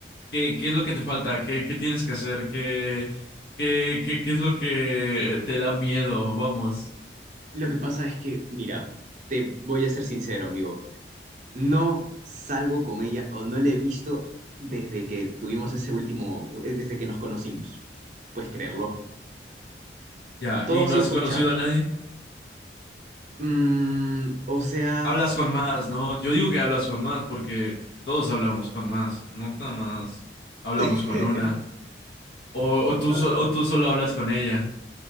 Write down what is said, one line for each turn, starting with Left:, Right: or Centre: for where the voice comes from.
Left: ¿qué, qué es lo que te falta? ¿Qué, qué tienes que hacer? ¿Qué, qué, qué, qué es lo que te da miedo? Vamos.
Right: Lo que pasa es que, mira, te voy a ser sincero, amigo. No salgo con ella o no la he visto desde que tuvimos ese último, eh, desde que nos conocimos. Puedes creerlo.
Left: Ya,
Right: Todo
Left: ¿y no
Right: ha sido
Left: has
Right: por
Left: conocido
Right: chat.
Left: a nadie?
Right: Mm, o sea,
Left: Hablas con más, ¿no? Yo digo que hablas con más porque todos hablamos con más, no nada más hablamos
Right: <laughs>
Left: con una. O, o tú,
Right: ah,
Left: sol- o tú solo hablas con ella.